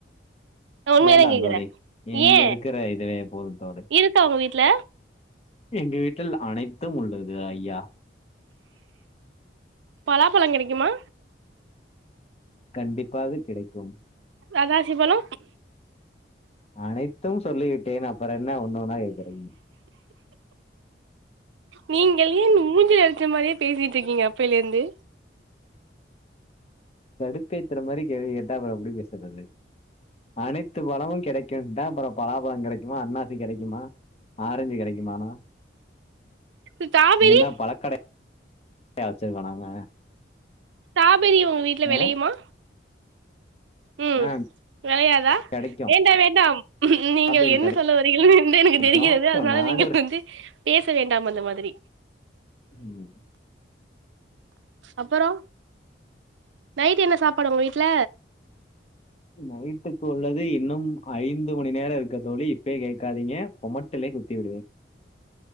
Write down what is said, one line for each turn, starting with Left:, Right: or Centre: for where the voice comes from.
Right: நா உண்மையாதா
Left: வேண்டா
Right: கேக்குறே
Left: தோழி இங்கருக்குற
Right: ஏ
Left: இதுவே போது தோழி
Right: இருக்கா உங்க வீட்ல
Left: எங்க வீட்டில் அனைத்தும் உள்ளது ஐயா
Right: பலா பழோ கிடைக்குமா
Left: கண்டிப்பாக கிடைக்கும்
Right: அண்ணாசி பழோ
Left: அனைத்தும் சொல்லி விட்டேன் அப்றோ என்ன ஒன்னொன்னா கேக்குறீங்க
Right: நீங்கள் ஏன் மூஞ்சில அடிச்ச மாரியே பேசிட்டுருக்கீங்க அப்பேலிருந்து
Left: கடுப்பேத்துற மாரி கேள்வி கேட்டா அப்றோ எப்டி பேசுறது அனைத்து பழமும் கெடைக்குன்டா அப்றோ பலா பழோ கெடைக்குமா அன்னாசி கெடைக்குமா ஆரஞ்சு கெடைக்குமாணா
Right: ஸ்டாபெரி
Left: இங்க என்னா பழக்கடையா வச்சிருக்கோ நாங்க
Right: ஸ்டாபெரி உங்க வீட்ல
Left: அ,
Right: வெளையுமா ம்
Left: ஆ
Right: வெளையாதா
Left: கிடைக்கும்.
Right: வேண்டா வேண்டாம்
Left: ஸ்ட்ராபெர்ரி
Right: நீங்கள் என்ன சொல்ல வருகிறீர் என்று எனக்கு
Left: கிடைக்கும்.
Right: தெரிகிறது அதுனால
Left: நானும்
Right: நீங்கள்
Left: ஒரு
Right: வந்து பேச வேண்டாம் அந்த மாதிரி
Left: ம்
Right: அப்பறோ நைட் என்ன சாப்பாடு உங்க வீட்ல
Left: நைட்டு குள்ளது இன்னும் ஐந்து மணி நேர இருக்கு தோழி இப்பயே கேக்காதீங்க கொமட்டிலே குத்தி விடுவே